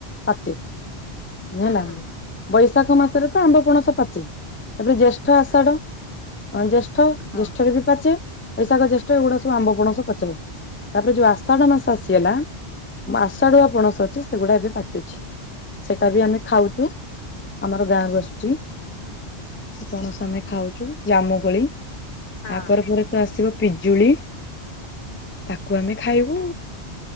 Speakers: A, on the left; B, on the left.
A: ପାଚେ
B: ହୁଁ
A: ହେଲା
B: ହୁଁ
A: ବୈଶାଖ ମାସରେ ଆମ୍ୱ ପଣସ ପାଚେ ତାପରେ ଜେଷ୍ଠ ଆଷାଢ ଜେଷ୍ଠ
B: ହଁ
A: ଜେଷ୍ଠରେ ବି ପାଚେ ବୈଶାଖ ଜେଷ୍ଟ ଏଗୁଡା ସବୁ ଆମ୍ବ ପଣସ ପଚେନି ତାପରେ ଯୋଉ ଆଷାଢ଼ ମାସ ଆସିଗଲା ମାଶାଡୁଆ ପଣସ ଅଛି ସେଗୁଡା ଏବେ ପାଚୁଛି। ସେଇଟା ବି ଆମେ ଖାଉଛୁ ଆମର ଗାଁରୁ ଆସୁ ଚି ସେ ପଣସ ଆମେ ଖାଉଛୁ। ଜାମୁ ଗୋଳି ତାପରେ
B: ହଁ
A: ପରେ ତ ଆସିବ ପିଜୁଳି ତାକୁ ଆମେ ଖାଇବୁ